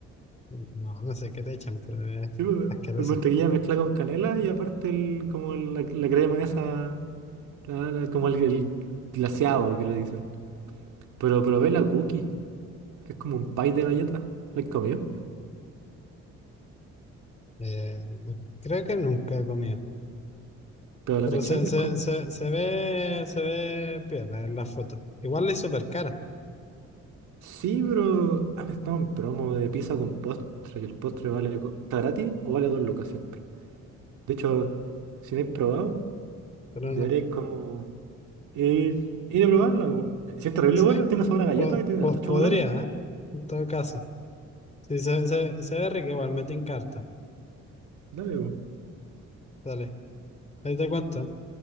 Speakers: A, on the left; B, on the right.
A: No, no sé qué le echan, pero es
B: Sí, pues,
A: asqueroso.
B: es mantequilla mezclada con canela y aparte el, como el- la, la crema esa, la- la- como el, el glaseado que le dicen. Pero probé la cookie, que es como un pie de galleta. ¿La he comido?
A: Eh, creo que nunca he comido,
B: Pero la
A: pero
B: cachai
A: se,
B: es
A: se,
B: como...
A: se, se ve, se ve piola en las fotos. Igual es súper cara,
B: Sí, pero han estado en promo de pizza con postre y el postre vale... co- ¿Está gratis o vale dos lucas siempre? De hecho, si no habéis probado,
A: pero
B: deberéis
A: no.
B: como ir, ir a probarla. po. Si es terrible
A: Sí,
B: buena, tiene sabor a galleta
A: po-
B: y tiene
A: po-
B: harto
A: podría,
B: chocolate.
A: ¿eh? En todo caso. Sí, se, se, se ve rico igual, me en carta
B: Dale, bu,
A: Dale, ahí te cuento.